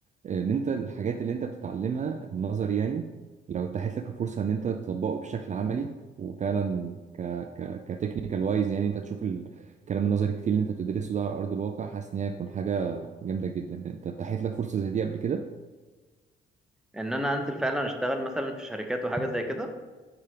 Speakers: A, on the right; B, in the centre.
A: ان انت الحاجات اللي انت بتتعلمها النظر يعني لو اتاحت لك الفرصه ان انت تطبقه بشكل عملي وفعلا ك ك كتكنيكال وايز يعني انت تشوف ال- الكلام النظري كتير اللي انت بتدرسه ده على ارض الواقع حاسس ان هي هتكون حاجه جامده جدا انت اتاحت لك فرصه زي دي قبل كده
B: ان انا انزل فعلا اشتغل مثلا في شركات وحاجه زي كده